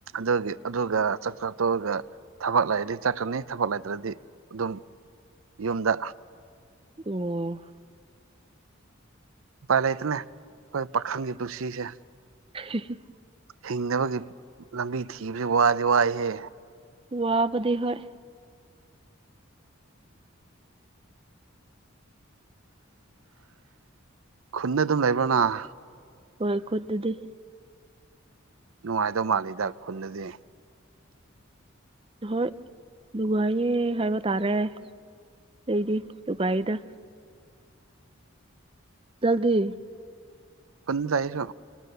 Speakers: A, on the right (about 75°); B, on the right (about 25°).
A: ꯑꯗꯨꯒꯤ ꯑꯗꯨꯒ ꯆꯥꯛ ꯆꯥ ꯇꯣꯛꯑꯒ ꯊꯕꯛ ꯂꯩꯔꯗꯤ ꯆꯠꯀꯅꯤ ꯊꯕꯛ ꯂꯩꯇ꯭ꯔꯗꯤ ꯑꯗꯨꯝ ꯌꯨꯝꯗ
B: ꯑꯣ
A: ꯎꯄꯥꯏ ꯂꯩꯇꯅꯦ ꯑꯩꯈꯣꯏ ꯄꯥꯈꯪꯒꯤ ꯄꯨꯟꯁꯤꯁꯦ
B: <unintelligible>
A: ꯍꯤꯡꯅꯕꯒꯤ ꯂꯝꯕꯤ ꯊꯤꯕꯁꯦ ꯋꯥꯗꯤ ꯋꯥꯏꯍꯦ
B: ꯋꯥꯕꯅꯤ ꯍꯣꯏ
A: ꯈꯨꯟꯗ ꯑꯗꯨꯝ ꯂꯩꯕ꯭ꯔ ꯅꯪ
B: ꯍꯣꯏ ꯈꯨꯟꯗꯨꯗꯤ
A: ꯅꯨꯡꯉꯥꯏꯗꯧ ꯃꯥꯜꯂꯤꯗ ꯈꯨꯟꯗꯗꯤ
B: ꯍꯣꯏ ꯅꯨꯡꯉꯥꯏꯌꯦ ꯍꯥꯏꯕ ꯇꯥꯔꯦ ꯑꯩꯗꯤ ꯅꯨꯡꯉꯥꯏꯗ ꯅꯪꯗꯤ
A: ꯈꯨꯟꯗ ꯑꯩꯁꯨ